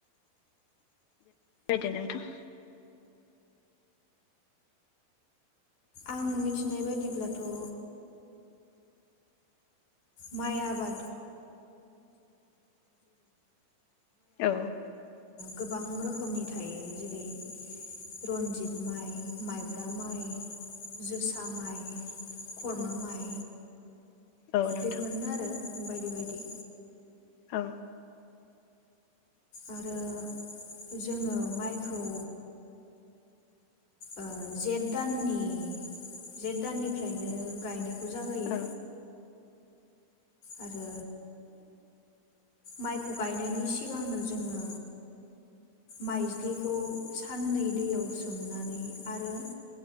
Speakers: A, on the left; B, on the left.
A: यदो नोंथां।
B: आं मिथिनाय बायदिब्लाथ' ओ माइ आब ओ
A: औ
B: गोबां रोखोमनि थायो जेरै रन्जित माइ माइब्रा माइ जोसा माइ खरमा माइ
A: औ नोंथां
B: बेफोरनो आरो बायदि बायदि।
A: औ
B: आरो जोङो माइखौ ओ जेठ दाननि जेठ दाननिफ्रायनो गायनायखौ जागायो।
A: औ
B: आरो माइखौ गायनायनि सिगांनो जोङो माइज्लिखौ साननै दैयाव सोमनानै आरो